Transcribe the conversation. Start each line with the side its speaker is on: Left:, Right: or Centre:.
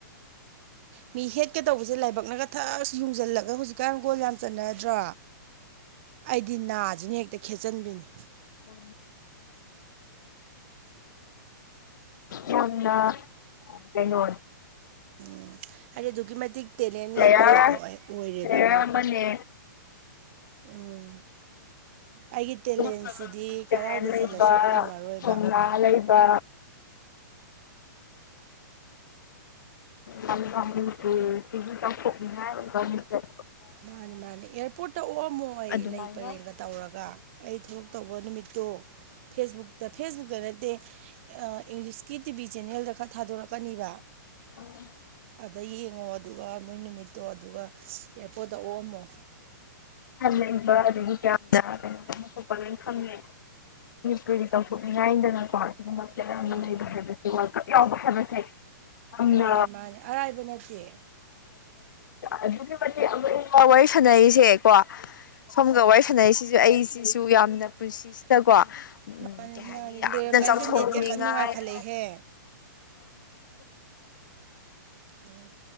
Right: ꯃꯤ ꯍꯦꯠꯀ ꯇꯧꯕꯁꯦ ꯂꯥꯏꯕꯛꯅꯒ ꯊꯛ ꯌꯨꯡꯁꯤꯜꯂꯒ ꯍꯧꯖꯤꯛꯀꯥꯟ ꯒꯣꯜ ꯌꯥꯝ ꯆꯠꯅꯗ꯭ꯔꯣ ꯑꯩꯗꯤ ꯅꯥꯁꯤꯅ ꯍꯦꯛꯇ ꯈꯦꯠꯆꯟꯕꯤꯅꯤ
Left: ꯎ ꯃꯟꯅ ꯑꯗꯨꯦ ꯅꯣ
Right: ꯎꯝ ꯍꯥꯏꯗꯤ ꯑꯗꯨꯛꯀꯤ ꯃꯇꯤꯛ ꯇꯦꯂꯦꯟ
Left: ꯍꯕꯌꯥ
Right: ꯂꯩꯕꯗꯣ ꯑꯣꯏꯔꯦꯕ
Left: ꯃꯅꯦ
Right: ꯎꯝ ꯑꯩꯒꯤ ꯇꯦꯂꯦꯟꯁꯤꯗꯤ
Left: <inaudible>
Right: ꯀꯔꯥꯏꯗ
Left: ꯍꯅꯩꯕ
Right: ꯆꯠꯂꯁꯨ ꯐꯪꯉꯔꯣꯏꯕ
Left: ꯅꯂꯩꯕ ꯕꯂꯤꯒꯝꯂꯤꯕꯨ ꯄꯤꯅꯤ ꯁꯣꯛꯅꯤꯉ ꯀꯁꯦ
Right: ꯃꯥꯅꯤ ꯃꯥꯅꯤ ꯑꯦꯌꯥꯔꯄꯣꯔꯠꯇ ꯑꯣꯑꯝꯃꯣ ꯑꯩ
Left: ꯑꯗꯨꯃꯥꯏꯅ
Right: ꯂꯩ ꯄꯔꯦꯡꯒ ꯇꯧꯔꯒ ꯑꯩ ꯊꯣꯛꯂꯛꯛꯇꯧꯕ ꯅꯨꯃꯤꯠ ꯇꯣ ꯐꯦꯁꯕꯨꯛꯇ ꯐꯦꯁꯕꯨꯛꯇ ꯅꯠꯇꯦ ꯏꯪꯂꯤꯁꯀꯤ ꯇꯤꯚ ꯆꯦꯅꯦꯜꯗ ꯈꯔ ꯊꯥꯗꯣꯔꯛꯀꯅꯤꯕ
Left: ꯑꯣ
Right: ꯑꯗ ꯌꯦꯡꯉꯣ ꯑꯗꯨꯒ ꯃꯣꯏ ꯅꯨꯃꯤꯠ ꯇꯣ ꯑꯗꯨꯒ ꯑꯦꯌꯥꯔꯄꯣꯔꯠꯇ ꯑꯣꯛꯑꯝꯃꯣ
Left: ꯍꯅꯤꯡꯕ ꯑꯗꯨꯗꯒꯤ ꯀꯌꯥꯗꯅꯣꯁꯨꯄ ꯈꯪꯉ ꯄꯨꯗꯤ ꯇꯊꯣꯛꯅꯤꯡ ꯉꯥꯏꯗꯅꯀꯣ
Right: ꯃꯥꯅꯦ
Left: ꯂꯩꯕ ꯍꯥꯏꯕꯁꯦ ꯋꯥꯔꯀꯞ ꯌꯥꯎꯕ ꯍꯥꯏꯕꯁꯦ ꯕ ꯅꯦ
Right: ꯃꯥꯅꯦ ꯃꯥꯅꯦ ꯑꯔꯥꯏꯕ ꯅꯠꯇꯦ
Left: ꯑꯗꯨꯛꯀꯤ ꯃꯇꯤꯛ ꯋꯥꯔꯤ ꯁꯥꯟꯅꯔꯤꯁꯦꯀꯣ ꯁꯣꯝꯒ ꯋꯥꯔꯤ ꯁꯥꯟꯅꯔꯤꯁꯤꯁꯨ ꯑꯩꯁꯤꯁꯨ ꯌꯥ ꯌꯥꯝꯅ ꯄꯨꯟꯁꯤꯁꯤꯗꯀꯣ ꯎꯝ
Right: ꯃꯥꯅꯦ
Left: ꯀꯩ ꯍꯥꯏꯅꯤ
Right: ꯃꯥꯅꯦ
Left: ꯌꯥꯝꯅ
Right: ꯂꯣꯏꯔꯝꯗꯥꯏꯁꯤꯗ
Left: ꯆꯥꯎꯊꯣꯛꯅꯤꯡꯉꯥꯏ
Right: ꯅꯦꯠꯀ ꯀꯟꯅ ꯅꯨꯡꯉꯥꯏꯈꯠꯂꯛꯏꯍꯦ
Left: <inaudible>
Right: ꯎꯝ